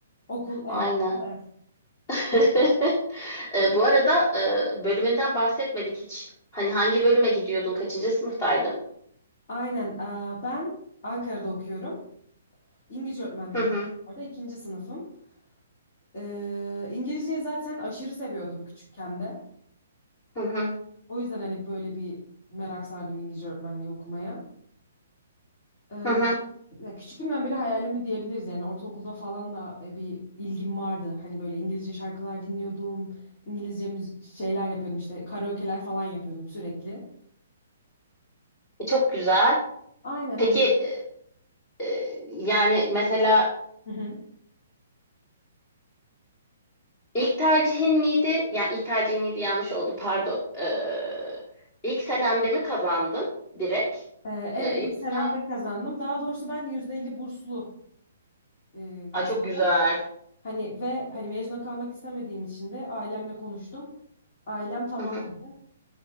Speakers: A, on the left (about 45°); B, on the left (about 25°).
A: Okul
B: Aynı.
A: ev, okul ev.
B: <laughs> Ee, bu arada e, bölümünden bahsetmedik hiç. Hani hangi bölüme gidiyordun? Kaçıncı sınıftaydın?
A: Aynen. eee, Ben Ankara'da okuyorum. İngilizce öğretmenliği
B: Hı hı.
A: okuyorum orada. İkinci sınıfım. Eee İngilizceyi zaten aşırı seviyordum küçükken de.
B: Hı hı.
A: O yüzden hani böyle bir merak sardım İngilizce öğretmenliği okumaya. Ee,
B: Hı hı.
A: ya küçüklüğümden beri hayalimdi diyebiliriz yani ortaokulda falan da e, bir ilgim vardı. Hani böyle İngilizce şarkılar dinliyordum. İngilizce müz- şeyler yapıyordum işte karaoke'ler falan yapıyordum sürekli.
B: E, çok güzel.
A: Aynen
B: Peki
A: hani
B: e, e, yani mesela
A: Hı hı.
B: İlk tercihin miydi? Yani ilk tercihin miydi yanlış oldu pardon. Ee, ilk senemde mi kazandın direkt?
A: Ee, evet
B: Ee, yoksa
A: ilk senemde kazandım. Daha doğrusu ben %50 burslu e, kazandım.
B: Ay, çok güzel.
A: Hani ve hani mezuna kalmak istemediğim için de ailemle konuştum. Ailem tamam
B: Hı hı,
A: dedi.